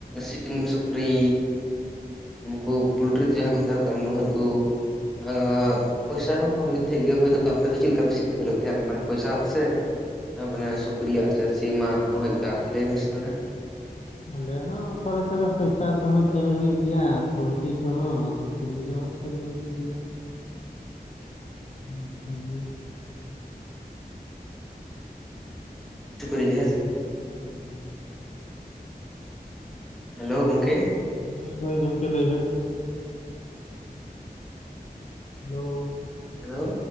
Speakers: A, in the centre; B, on the left.
A: ᱥᱤᱢ, ᱥᱩᱠᱨᱤ ᱱᱩᱠᱩ ᱯᱳᱞᱴᱨᱤ ᱫᱚ ᱡᱟᱦᱟᱸ ᱠᱚ ᱢᱮᱛᱟ ᱠᱚ ᱠᱟᱱ ᱱᱩᱦᱩᱭ ᱠᱩ ᱟᱸᱻ ᱯᱚᱭᱥᱟ ᱦᱚᱸ ᱦᱩᱭᱩᱜ ᱛᱟᱦᱮᱸᱜ ᱜᱮ ᱦᱩᱭ ᱫᱚ ᱟᱯᱮ ᱫᱚ ᱪᱮᱫ ᱞᱮᱠᱟ ᱵᱮᱥᱤ ᱯᱮ ᱠᱷᱮᱞᱳᱜ ᱛᱟᱦᱮᱸᱜ ᱢᱟᱱᱮ ᱯᱚᱭᱥᱟ ᱥᱮ, ᱢᱟᱱᱮ ᱥᱩᱠᱨᱤᱭᱟᱜ? ᱥᱮ ᱥᱤᱢᱟᱜ ᱦᱳᱭ ᱚᱠᱟ ᱞᱟᱹᱭ ᱢᱮᱥᱮ ᱛᱷᱚᱲᱟ?
B: ᱟᱞᱮ ᱦᱚᱸ ᱚᱱᱠᱟ ᱞᱮᱠᱟ ᱫᱚ ᱯᱚᱭᱥᱟ ᱠᱚᱦᱚᱸ ᱠᱷᱮᱞ ᱦᱩᱭᱩᱜ ᱜᱮᱭᱟ, ᱯᱚᱞᱴᱤ ᱠᱚᱦᱚᱸ, ᱥᱩᱠᱨᱤ ᱠᱚᱦᱚ ᱠᱷᱮᱞ ᱢᱟ ᱦᱩᱭᱩᱜ ᱜᱮᱭᱟ ᱾ ᱦᱚᱸ ᱴᱷᱤᱠ ᱜᱮᱭᱟ ᱾
A: ᱥᱩᱠᱨᱤ ᱜᱮ ᱦᱮᱸ ᱥᱮ?
B: ᱦᱩᱸ ᱾
A: ᱦᱮᱞᱳ ᱜᱚᱝᱠᱮ ᱾
B: ᱦᱳᱭ ᱦᱳᱭ ᱜᱚᱝᱠᱮ ᱞᱟᱹᱭ ᱵᱮᱱ ᱾ ᱦᱮᱞᱳ ᱾
A: ᱦᱮᱞᱳ ᱾